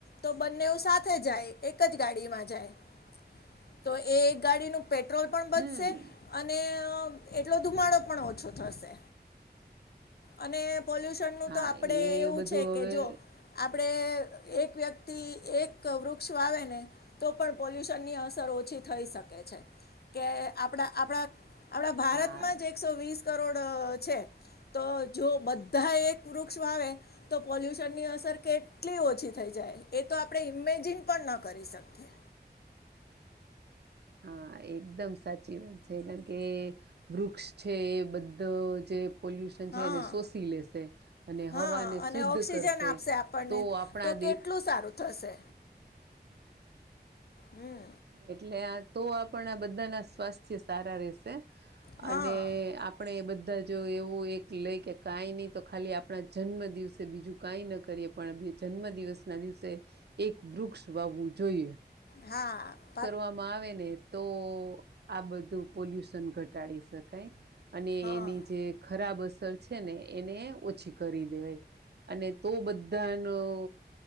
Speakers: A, on the left; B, on the right.
A: તો બને સાથે જાય એક જ ગાડીમાં જાય તો એ એક ગાડીનું પેટ્રોલ પણ બચશે
B: હમ
A: અને એટલો ધુમાડો પણ ઓછો થશે અને પોલ્યુશન નું
B: હા
A: તો આપડે
B: એ
A: એવું
B: બધું
A: છે કે
B: હવે
A: જો આપણે એક વ્યક્તિ એક વૃક્ષ આવે ને તો પણ પોલ્યુશનની અસર ઓછી થઈ શકે છે છે કે આપણા આપણા ભારતમાં
B: હા
A: જ એકસો વીસ કરોડ છે તો જો બધા એક વૃક્ષ આવે તો પોલ્યુશન ની અસર કેટલી ઓછી થઈ જાય એ તો આપણે ઇમેજિન પણ ના કરી શકીએ
B: હા એકદમ સાચી વાત છે કારણ કે વૃક્ષ છે એ બધો જે પોલ્યુશન છે
A: હા
B: એને શોષી લેશે અને
A: હા
B: હવાને
A: અને
B: શુદ્ધ
A: ઓક્સિજન
B: કરશે
A: આપશે આપણને
B: તો આપણા
A: તો કેટલું સારું થશે
B: હમ્મ
A: હમ્મ
B: એટલે આ તો આપણા બધા ના સ્વાસ્થ્ય સારા રે શે
A: હા
B: અને આપણે એ બધા જ જો એવું એક લઈ કે કાંઈ નહી તો ખાલી આપણા જન્મ દિવસે બીજું કાંઈ ન કરીએ પણ જન્મ દિવસ ના દિવસે એક વૃક્ષ વાવવું જોઈએ
A: હા પ
B: વામાં આવે ને તો આ બધું પોલ્યુશન ઘટાડી શકાય અને
A: હા
B: એની જે ખરાબ અસર છે ને એને ઓછી કરી દેવાય અને તો બધાનો